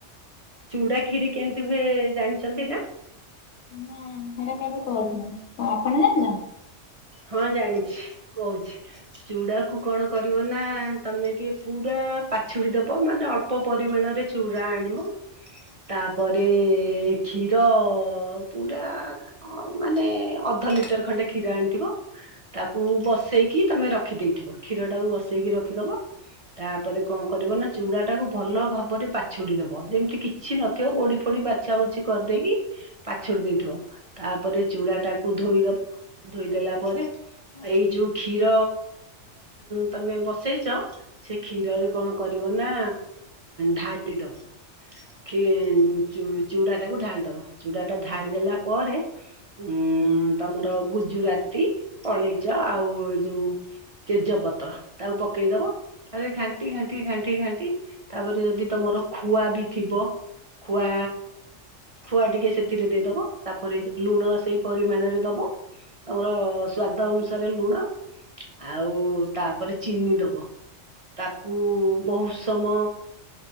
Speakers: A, on the right (about 45°); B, on the left (about 65°).
A: ଚୁଡା କ୍ଷୀରି କେମିତି ହୁଏ ଜାଣିଛନ୍ତି ନା?
B: ହୁଁ, ସେଇଟା କେବେ କରିନି ତ ଆପଣ ଜାଣିଛନ୍ତି?
A: ହଁ ଜାଣିଛି, କହୁଛି ଚୁଡା ଚୁଡା କୁ କଣ କରିବ ନା, ତମେ ଟିକେ ପୁରା ପାଛୁଡି ଦବ, ମାନେ ଅଳ୍ପ ପରିମାଣରେ ଚୁଡା ଆଣିବ। ତାପରେ -କ୍ଷୀର ପୁରା ମାନେ ଅଧ ଲିଟର ଖଣ୍ଡେ କ୍ଷୀର ଆଣିଥିବ। ତାକୁ ବସେଇକି ତମେ ରଖିଦେଇଥିବ, କ୍ଷୀର ଟାକୁ ବସେଇକି ରଖିଦବ। ତାପରେ କଣ କରିବ ନା, ଚୁଡା ଟା କକୁ ଭଲ ଭାବରେ ପାଛୁଡି ଦବ, ଯେମିତି କିଛି ନଥିବ ଗୋଡି ଫୋଡି ପ ବାଛା ବଛି କରିଦେଇକି ପାଛୋଡି ଦେଇଥିବ, ତାପରେ ଚୁଡ଼ା ଟାକୁ ଧୋଇଦବ ଧୋଇଦେଲା ଏଇ ଯୋଉ କ୍ଷୀର ତମେ ବସେଇଛ, ସେ କ୍ଷୀର କଣ କରିବ ନା ଢାଳି ଦବ। ଚୁଡା ଟାକୁ ଢାଳିଦବ, ଚୁଡା ଟା ଢାଳିଦଲା ପରେ ଉଁ, ତମର ଗୁଜୁରାତି କଳେଇଚ ଆଉ ଏ ଯୋଉ ତେଜ ପତ୍ର ତାକୁ ପକେଇଦବ। ତାପରେ ଘାଣ୍ଟି ଘାଣ୍ଟି ଘାଣ୍ଟି ଘାଣ୍ଟି ତାପରେ ଯଦି ତମର ଖୁଆ ବି ଥିବ। ଖୁଆ। ଖୁଆ ଟିକେ ସେଥିରେ ଦେଇଦବା ତାପରେ ଲୁଣ ସେଇ ପରିମାଣରେ ଦବ। ତମର ସ୍ଵାଦ ଅନୁସାରେ ଲୁଣ ଆଉ ତାପରେ ଚିନି ଦବ। ତାକୁ ବହୁତ ସମୟ